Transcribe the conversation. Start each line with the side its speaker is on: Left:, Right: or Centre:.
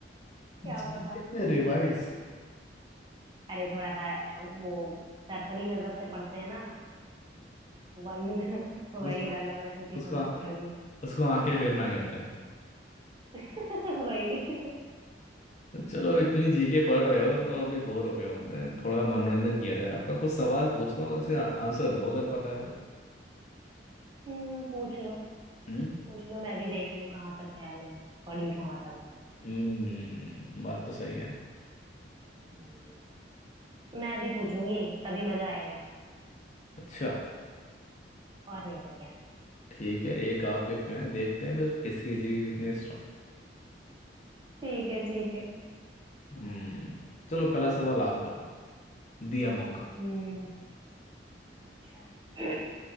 Right: क्या
Left: जीके
Right: पता
Left: में रिवाइज
Right: अरे थोड़ा सा वो सरसरी नजर से पढ़ते हैं ना वन <laughs> वही
Left: उसको
Right: वाला मैं सोची
Left: उसको
Right: थोड़ा पढ़ लूं
Left: उसको आंखें फेरना कहते हैं
Right: <laughs> वही
Left: चलो इतनी जीके पढ़ रहे हो तो अभी बोर हो गए होंगे थोड़ा मनोरंजन किया जाए आपका कुछ सवाल पूछता हूँ उसका आंसर दो अगर पता है तो
Right: हम्म, पूछ लो
Left: हम्म
Right: पूछ लो मैं भी देख लूं कहाँ तक है मैं पढ़ी कहाँ तक हूँ
Left: हम्म, बात तो सही है
Right: हम्म, मैं भी पूछूंगी तभी मजा आएगा
Left: अच्छा
Right: और नहीं तो क्या <laughs>
Left: ठीक है एक आप एक मैं देखते हैं फिर किसकी जीके कितनी
Right: ठीक है ठीक है
Left: हम्म चलो पहला सवाल आप कर लो दिया मौका
Right: हम्म अच्छा <clears throat>